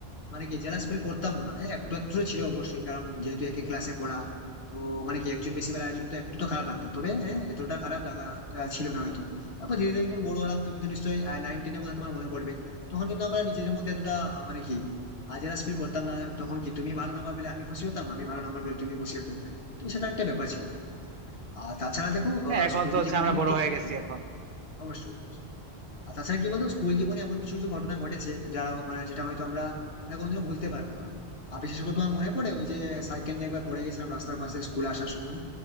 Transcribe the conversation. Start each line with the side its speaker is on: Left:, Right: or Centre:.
Left: মানে কি জেলাস ফিল করতাম না হ্যাঁ একটু একটু ছিল অবশ্যই কারণ যেহেতু একই ক্লাসে পড়া তো মানে কি একজন বেশি বেলা একজন তো একটু তো খারাপ লাগতো তবে হ্যাঁ এতটা খারাপ লাগা আহ, ছিল না হয়তো তারপর ধীরে ধীরে যখন বড় হলাম তুমি তো নিশ্চয়ই নাইন টেনের কথা তোমার মনে পড়বে তখন কিন্তু আমরা নিজেদের মধ্যে এতটা আহ, মানে কি জেলাস ফিল করতাম না তখন কি তুমি ভালো নাম্বার পেলে আমি খুশি হতাম আমি ভালো নাম্বার পেলে তুমি খুশি হতে তো সেটা একটা ব্যাপার ছিল আর তাছাড়া দেখো
Right: হ্যাঁ এখন
Left: স্কুল
Right: তো হচ্ছে
Left: জীবনে
Right: আমরা
Left: কিন্তু
Right: বড় হয়ে
Left: হ্যাঁ,
Right: গেছি এখন
Left: অবশ্যই আর তাছাড়া কি বলতো স্কুল জীবনে এমন কিছু কিছু ঘটনা ঘটেছে যারা মানে যেটা হয়তো আমরা মানে কোনোদিনও ভুলতে পারবো না আর বিশেষ করে তোমার মনে পড়ে ওই যে সাইকেল নিয়ে একবার পড়ে গেছিলাম রাস্তার পাশে স্কুল আসার সময়